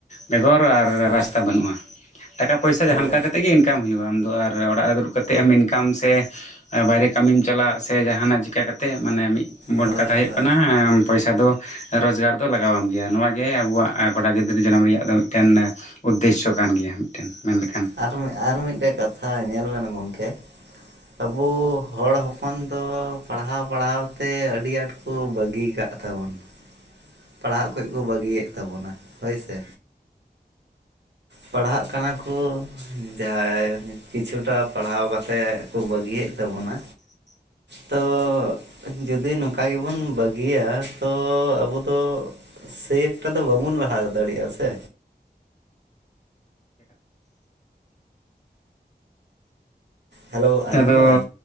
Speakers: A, on the left (about 40°); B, on the right (about 80°).
A: ᱵᱮᱜᱚᱨ ᱟᱨ
B: ᱦᱳᱭ
A: ᱨᱟᱥᱛᱟ ᱵᱟᱹᱱᱩᱜ-ᱟ ᱯᱚᱭᱥᱟ
B: ᱦᱳᱭ
A: ᱡᱟᱦᱟᱸ ᱞᱮᱠᱟ ᱠᱟᱛᱮᱫ ᱜᱮ ᱤᱱᱠᱟᱢ ᱦᱩᱭᱩᱜ-ᱟ ᱟᱢᱫᱚ ᱟᱨ ᱚᱲᱟᱜ ᱨᱮ ᱫᱩᱲᱩᱵ ᱠᱟᱛᱮᱫ ᱮᱢ ᱤᱱᱠᱟᱢ ᱥᱮ ᱮ ᱵᱟᱭᱨᱮ ᱠᱟᱹᱢᱤᱢ ᱪᱟᱞᱟᱜ ᱥᱮ ᱡᱟᱦᱟᱱᱟᱜ ᱪᱤᱠᱟᱹ ᱠᱟᱛᱮᱜ ᱢᱟᱱᱮ ᱢᱤᱫ ᱵᱚᱱ
B: ᱦᱳᱭ
A: ᱠᱟᱛᱷᱟ ᱦᱩᱭᱩᱜ
B: ᱦᱳᱭ
A: ᱠᱟᱱᱟ ᱯᱚᱭᱥᱟ ᱫᱚ ᱨᱳᱡᱽᱜᱟᱨ ᱫᱚ ᱞᱟᱜᱟᱣ ᱟᱢ ᱜᱮᱭᱟ ᱱᱚᱣᱟᱜᱮ ᱟᱵᱚᱣᱟᱜ ᱠᱚᱲᱟ ᱜᱤᱫᱽᱨᱟᱹ ᱡᱟᱱᱟᱢ ᱨᱮᱭᱟᱜ ᱫᱚ ᱢᱤᱫᱴᱮᱱ ᱩᱫᱽᱫᱮᱥᱚ ᱠᱟᱱ ᱜᱮᱭᱟ ᱢᱤᱫᱴᱮᱱ ᱢᱮᱱᱞᱮᱠᱷᱟᱱ
B: ᱟᱨᱚ ᱟᱨ ᱢᱤᱫᱴᱮᱱ ᱠᱟᱛᱷᱟ ᱧᱮᱞ ᱵᱮᱱ ᱜᱚᱢᱠᱮ ᱟᱵᱚ ᱦᱚᱲ ᱦᱚᱯᱚᱱ ᱫᱚ ᱯᱟᱲᱦᱟᱣ ᱯᱟᱲᱦᱟᱣ ᱛᱮ ᱟᱹᱰᱤ ᱟᱸᱴ ᱠᱚ ᱵᱟᱹᱜᱤ ᱠᱟᱜ ᱛᱟᱵᱚᱱ ᱯᱟᱲᱦᱟᱜ ᱠᱚ ᱠᱚ ᱵᱟᱹᱜᱤᱭᱮᱫ ᱛᱟᱵᱚᱱᱟ ᱦᱳᱭ ᱥᱮ ᱯᱟᱲᱦᱟᱜ ᱠᱟᱱᱟ ᱠᱚ ᱡᱟᱦᱟᱸᱭ ᱠᱤᱪᱷᱩᱴᱟ ᱯᱟᱲᱦᱟᱣ ᱠᱟᱛᱮᱫ ᱠᱚ ᱵᱟᱹᱜᱤᱭᱮᱫ ᱛᱟᱵᱚᱱᱟ
A: <inaudible>
B: ᱛᱚᱻ ᱡᱩᱫᱤ ᱱᱚᱝᱠᱟ ᱜᱮᱵᱚᱱ ᱵᱟᱹᱜᱤᱭᱟ ᱛᱚ ᱟᱵᱚ ᱫᱚ ᱥᱮ ᱮᱠᱴᱟ ᱫᱚ ᱵᱟᱵᱚᱱ ᱞᱟᱦᱟ ᱫᱟᱲᱮᱭᱟᱜᱼᱟ ᱥᱮ ᱦᱮᱞᱳ ᱟᱸᱡᱚᱢ
A: ᱟᱫᱚ
B: ᱫᱟᱵᱮᱱ